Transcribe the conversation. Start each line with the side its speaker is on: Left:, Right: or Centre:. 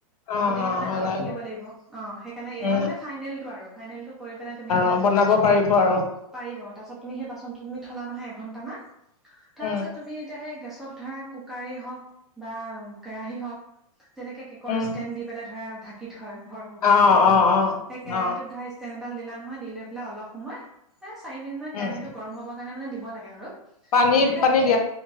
Left: অ
Centre: গতিকে
Left: অ
Centre: মানে
Left: ওলাই
Centre: আও ফুলিব
Left: গ'ল
Centre: লাগিব অ। সেইকাৰণে এইবাৰ
Left: উম
Centre: মানে ফাইনেলটো আৰু ফাইনেলটো কৰি পেলাই তুমি ধৰা
Left: অ' বনাব পাৰিব আৰু।
Centre: পাৰিব। তাৰপিছত তুমি সেই বাচন খিনি তুমি থলা নহয় এঘণ্টামান। তাৰপিছত
Left: উম
Centre: তুমি এতিয়া সেই গেছত ধৰা কুকাৰেই হওক বা কেৰাহি হওক তেনেকে কেকৰ
Left: উম
Centre: ষ্টেণ্ড দি পেলাই ধৰা, ঢাকি- ধৰ ভৰ বহুৱা
Left: অ
Centre: যায়
Left: অ
Centre: সেই
Left: অ
Centre: কেৰাহিত
Left: অ
Centre: ধাই ষ্টেন এডাল দিলা নহয়। দি লৈ পেলাই অলপ সময় এ চাৰি মিনিট মান কেৰাহীটো
Left: উম
Centre: গৰম হব কাৰণে মানে দিব লাগে আৰু
Left: পানী
Centre: দিলে
Left: পানী
Centre: এ